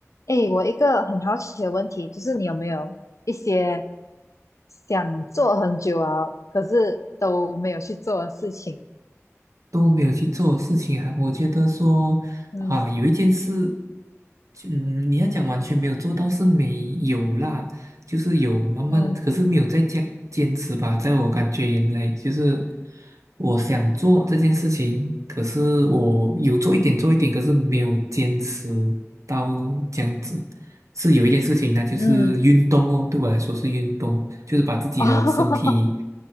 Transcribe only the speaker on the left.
诶，我一个很好奇的问题，就是你有没有一些想做很久啊，可是都没有去做的事情？
嗯
嗯
嗯，
<laughs> 哦，